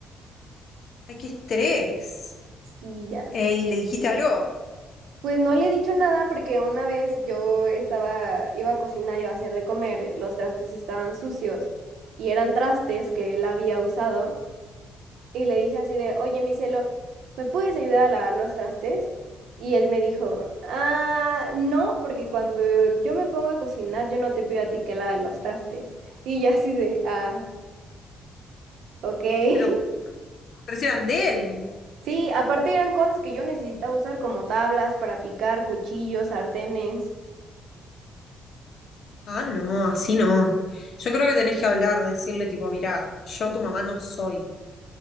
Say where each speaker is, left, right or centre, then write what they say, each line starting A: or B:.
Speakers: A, on the left; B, on the right.
A: ay, qué estrés.
B: Sí, ya
A: ¿Y
B: sé.
A: ¿le dijiste algo?
B: Pues no le he dicho nada porque una vez yo estaba, iba a cocinar, iba a hacer de comer, los trastes estaban sucios y eran trastes que él había usado. Y le dije así de, oye, mi cielo, ¿me puedes ayudar a lavar los trastes? Y él me dijo, ah, no, porque cuando yo me pongo a cocinar, yo no te pido a ti que laves los trastes. Y yo así de, ah, ok. <laughs>
A: Pero, pero si eran de él.
B: Sí, aparte eran cosas que yo necesitaba usar como tablas para picar, cuchillos, sartenes.
A: Ah, no, así no. Yo creo que tenés que hablar, decirle tipo, mirá, yo tu mamá no soy.